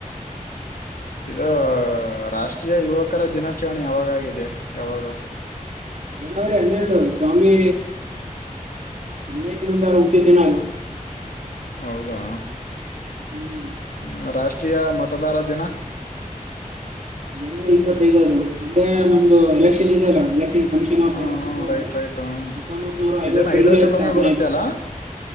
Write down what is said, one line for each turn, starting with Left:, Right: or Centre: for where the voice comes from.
Left: ಇದು ರಾಷ್ಟ್ರೀಯ ಯುವಕರ ದಿನಾಚರಣೆ ಯಾವಾಗಾಗಿದೆ ಯಾವಾಗ
Right: ಜನವರಿ ಹನ್ನೆರಡು ಸ್ವಾಮಿ ವೇಗನಂದಾರು ಹುಟ್ಟಿದಿದ್ದನ
Left: ಹೌದಾ
Right: ಹ್ಮ್
Left: ಹ ರಾಷ್ಟ್ರೀಯ ಮತದಾರ ದಿನ
Right: ಜನವರಿ ಇಪ್ಪತ್ತೈದದು ಅಂದ್ರೆ ನಮ್ದು ಎಲೆಕ್ಷನ್ ಇದೆೆಯಲ್ಲ ಎಲೆಕ್ಷನ್ ಕಮಿಷನ್ ಆಫ್
Left: ಹ
Right: ಎಲೆಕ್ಷನ್ ಬೋರ್ಡ್
Left: ರೈಟ್ ರೈಟ್ ಹ
Right: ಮತ್ತೊಂಬತ್ ನೂರ
Left: ಇದನ್
Right: ಐವತ್ತ
Left: ಐದ್ ವರ್ಷಕ್ಕೊಮ್ಮೆ
Right: ಸ್ಥಾಪನೆ
Left: ಬರುತ್ತೆ
Right: ಆಿತು
Left: ಅಲ್ಲ